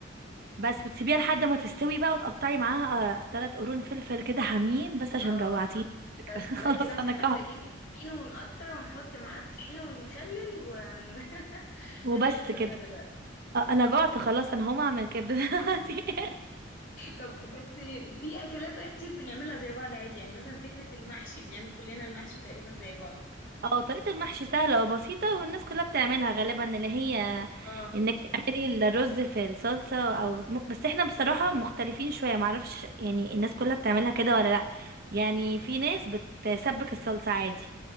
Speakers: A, on the right; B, on the left.
A: بس وتسيبيها لحد ما تستوي بقى وتقطعي معاها ثلاث قرون فلفل كده حامين بس عشان
B: اه
A: جوعتيني
B: بس
A: <laughs>
B: بقى
A: خلاص
B: كده احنا
A: انا
B: محتاجين
A: جعت
B: الفينو ونقطع ونحط معاه الطحينة والمخلل وهن... <laughs>
A: وبس
B: هنخربها
A: كده
B: دلوقتي
A: آه، انا جعت خلاص انا هقوم اعمل كبده دلوقتي <laughs>
B: طب بس في اكلات بقى كتير بنعملها زي بعض عادي يعني مثلا فكرة المحشي بنعمل كلنا المحشي تقريبا زي بعض
A: اه طريقة المحشي سهلة وبسيطة والناس كلها بتعملها غالبا اللي هي
B: اه
A: انك تعملي الرز في الصلصة او م- بس احنا بصراحة مختلفين شوية معرفش يعني الناس كلها بتعملها كده ولا لا يعني في ناس بتسبك الصلصة عادي